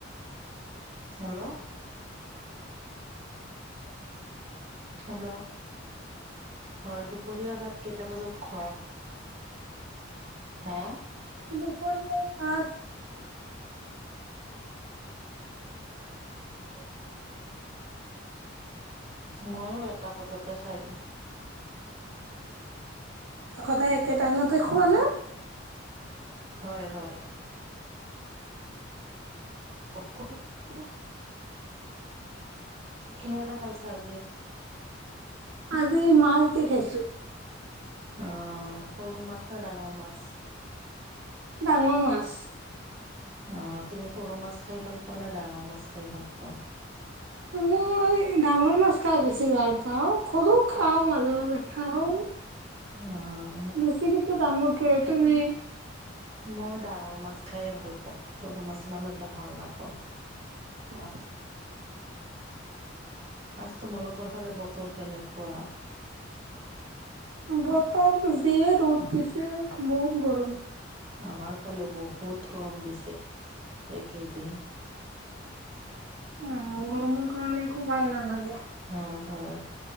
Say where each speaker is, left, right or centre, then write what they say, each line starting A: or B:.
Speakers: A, on the right; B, on the right.
A: হেল্ল'। হেল্ল'। হয় দুপৰীয়া ভাত কেইটা বজাত খোৱা হা।
B: দুপৰীয়া পাত।
A: উম <unintelligible> উ <unintelligible> ময়ো এটা বজাতে খাই দিওঁ।
B: সদায় একে টাইমতেই খোৱা নে।
A: হয় হয়। উ <unintelligible> কিহেৰে খাইছা আজি।
B: আজি মাছ দি খাইছো।
A: অ সৰু মাছ নে ডাঙৰ মাছ।
B: ডাঙৰ মাছ।
A: অ তুমি সৰু মাছ খাই ভাল পোৱা না ডাঙৰ মাছ খাই ভাল পোৱা।
B: মই ডাঙৰ মাছ খাই বেছি ভাল পাওঁ। সৰু খাওঁ মাজে মাজে খাওঁ
A: অ'
B: বেছি কি ডাঙৰ ক তুমি
A: মই ডাঙৰ মাছ খাই ভাল পাওঁ সৰু মাছ ইমান এটা ভাল নাপাওঁ।
B: হয়
A: আছ তোমালোকৰ ফালে বতৰ কেনেকুৱা?
B: বতৰ দিয়ে ৰুদ দিছে বহুত গৰম।
A: আমাৰ ফালে বহুত গৰম দিছে এইকেইদিন।
B: অ' গৰমৰ কাৰণে একো ভাল নালাগে।
A: হয় হয়।